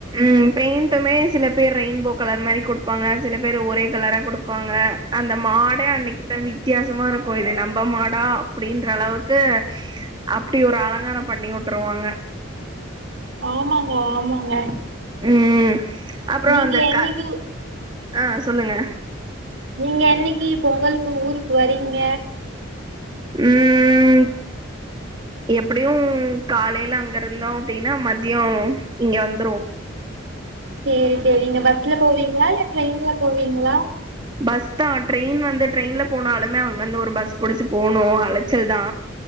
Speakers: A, on the right (about 20°); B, on the right (about 60°).
A: ம் பெயிண்ட்டுமே சில பேர் ரெயின்போ கலர் மாரி கொடுப்பாங்க சில பேர் ஒரே கலரா கொடுப்பாங்க அந்த மாடே அன்னைக்குத்தா வித்தியாசமா இருக்கு இது நம்ம மாடா அப்படின்ற அளவுக்கு அப்டி ஒரு அலங்காரோ பண்ணி விட்ருவாங்க
B: ஆமாங்க ஆமாங்க
A: ம் அப்புறோ
B: நீங்க
A: அந்த
B: என்னைக்கு
A: க அஆ சொல்லுங்க
B: நீங்க என்னைக்கி பொங்கல்க்கு ஊருக்கு வரீங்க <inaudible>
A: ம் எப்டியு காலேல அங்க இருந்தோ அப்டின்னா மதியோ இங்க வந்துருவோ
B: சேரி சேரி நீங்க பஸ்ல போவீங்களா இல்ல ட்ரெயின்ல போவீங்ளா
A: பஸ்தா ட்ரெயின் வந்து ட்ரெயின்ல போனாலுமே அங்கிருந்து ஒரு பஸ் புடிச்சு போணு அலைச்சல் தா